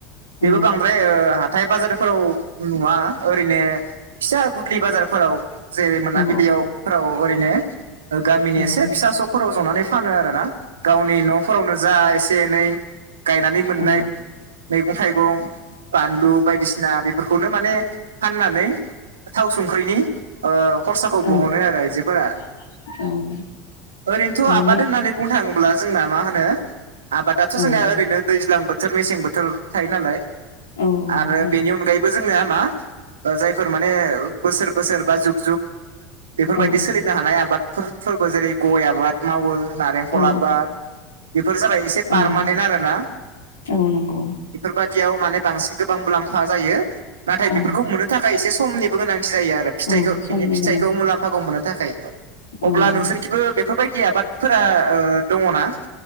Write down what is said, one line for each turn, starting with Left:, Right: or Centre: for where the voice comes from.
Right: बेबो
Left: अ
Right: बांद्राय ओ हथाय बाजारफोराव नुवा ओरैनो फिसा गुबलि बाजारफोराव जेरै मोनाबिलियावफ्राव
Left: अ
Right: ओरैनो गामिनि
Left: अ
Right: एसे फिथास' खराव संनानै फानो आरो ना गावनि न'फोरावनो जा एसे एनै गायनानै मोननाय
Left: अ औ
Right: मैगं थाइगं बानलु बायदिसिना बे फोरखौनो माने फाननानै थाव संख्रिनि ओ खरसाखौ
Left: औ
Right: बहनो आरो आइजोफोरा।
Left: औ
Right: ओरैनोथ'
Left: औ
Right: आबाद
Left: मै
Right: होननानै बुंनो थाङोब्ला जोंना मा होनो आबादाथ'
Left: औ
Right: जोंनिया ओरैनो दैज्लां बो थोर मेसें बोथोर थायो नालाय
Left: औ
Right: आरो
Left: नंगौ
Right: बेनि अनगायै बो जोंनिया मा ओ जायफोर माने ओ बोसोर बोसोर बा जुग जुग बेफोरबायदि
Left: औ
Right: सोलिनो हानाय आबादफोर फोरबो जेरै गय आबाद मावो। नारेंखल
Left: औ
Right: आबाद बेफोर जाबाय एसे
Left: औ
Right: पारमानेन्ट आरो ना।
Left: औ नंगौ
Right: बेफोरबाददियाव माने बांसिन गोबां मुलाम्फा जायो। नाथाय
Left: औ
Right: बेफोरखौ मोननो थाखाय एसे समनिबो गोनांथि जायो आरो फिथाइखौ
Left: औ समनि
Right: बिनि फिथाइखौ
Left: गोनां
Right: मुलाम्फाखौ मोननो थाखाय। अब्ला
Left: औ
Right: नोंसोरखिबो बेफोरबायदि आबादफोरा ओ दङ ना?